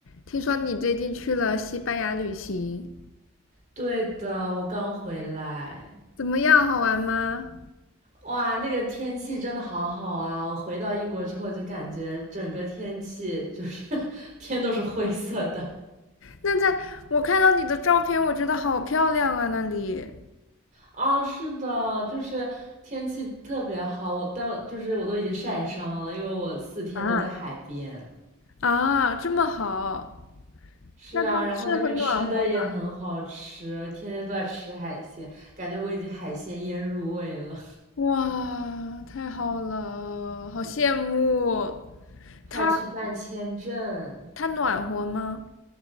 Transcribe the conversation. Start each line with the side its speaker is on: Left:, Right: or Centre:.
Left: 听说你最近去了西班牙旅行，
Right: 对的，我刚回来，
Left: 怎么样？好玩吗？
Right: 哇，那个天气真的好好啊！我回到英国之后就感觉整个天气就是 <laughs> 天都是灰色的
Left: 那在我看到你的照片，我觉得好漂亮啊，那里
Right: 啊，是的，就是天气特别好，我到就是我都已经晒伤了，因为我四天都在海边。
Left: 啊，啊，这么好，
Right: 是啊，
Left: 那它是很暖和吧？
Right: 然后那边吃的也很好吃，天天都在吃海鲜，感觉我已经海鲜腌入味了。
Left: 哇，太好了，好羡慕。
Right: <laughs> 快去办签证！
Left: 它它暖和吗？